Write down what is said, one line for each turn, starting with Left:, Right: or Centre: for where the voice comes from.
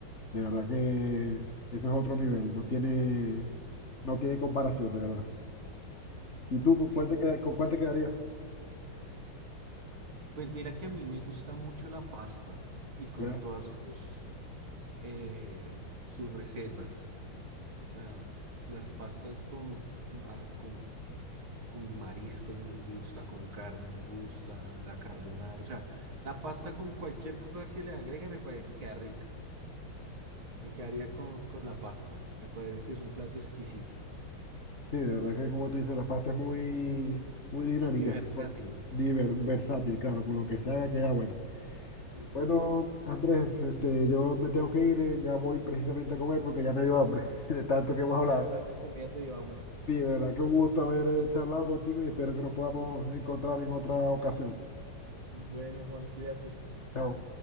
Left: de verdad que eso es otro nivel, no tiene, no tiene comparación, de verdad. ¿Y tú con
Right: Sí,
Left: cuál
Right: sí.
Left: te queda- con cuál te quedarías?
Right: Pues mira que a mí me gusta mucho la pasta y con
Left: ¿Ya?
Right: todas sus, eh, sus recetas. O sea, las pastas con, mm, ah, con, con mariscos me gusta, con carne me gusta, la carbonara. O sea, la pasta con cualquier cosa que le agregue me parece que queda rica. Me quedaría con, con la pasta. Me parece que es un plato exquisito
Left: Sí, de verdad que como tú dices, la pasta es muy, muy dinámica,
Right: y versátil.
Left: es co- diver- versátil, claro, con lo que se haga queda bueno.
Right: Sí, sí,
Left: Bueno,
Right: sí.
Left: Andrés, este, yo me tengo que ir, eh, ya voy precisamente a comer porque ya me dio hambre <laughs> de tanto
Right: <laughs>
Left: que hemos hablado.
Right: De hablar de comida te dio hambre.
Left: Sí, de verdad que un gusto haber eh, charlado contigo y espero que nos podamos encontrar en otra ocasión.
Right: Bueno, Juan, cuídate.
Left: Chao.